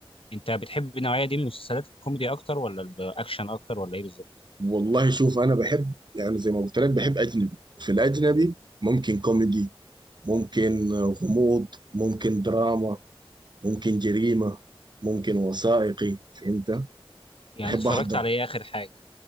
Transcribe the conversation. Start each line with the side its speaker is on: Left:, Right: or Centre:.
Left: انت بتحب النوعيه دي من المسلسلات الكوميدي اكتر ولا الاكشن اكتر ولا ايه بالظبط
Right: والله شوف انا بحب يعني زي ما قلت لك بحب اجنبي في الاجنبي ممكن كوميدي ممكن غموض ممكن دراما ممكن جريمة ممكن وثائقي فهمت
Left: يعني
Right: بحب
Left: اتفرجت
Right: احضر
Left: على ايه اخر حاجه